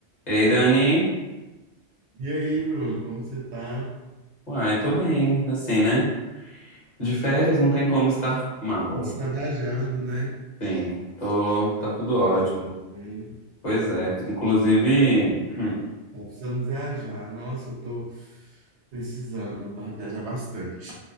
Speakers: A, on the left; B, on the right.
A: Ei, Dani.
B: E aí, Bruno, como você tá? A
A: Uai, tô bem, assim, né? De férias não tem como estar mal.
B: gente está viajando, né?
A: Sim, tô, tá tudo ótimo.
B: Coisa boa, né?
A: Pois é. Inclusive, <clears throat>
B: Tá precisando viajar. Nossa, eu tô precisando ba- viajar bastante.